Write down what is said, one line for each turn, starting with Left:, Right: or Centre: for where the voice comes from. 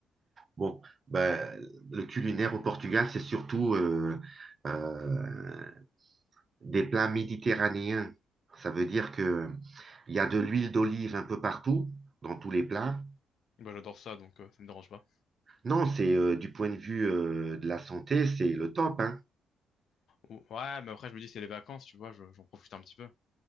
Right: Bon, ben, le culinaire au Portugal, c'est surtout euh, euh, des plats méditerranéens. Ça veut dire que il y a de l'huile d'olive un peu partout, dans tous les plats.
Left: Bah, j'adore ça, donc euh, ça me dérange pas.
Right: Non, c'est euh, du point de vue euh, de la santé, c'est le top, hein.
Left: Ou- Ouais, mais après, je me dis, c'est les vacances, tu vois, je- j'en profite un petit peu.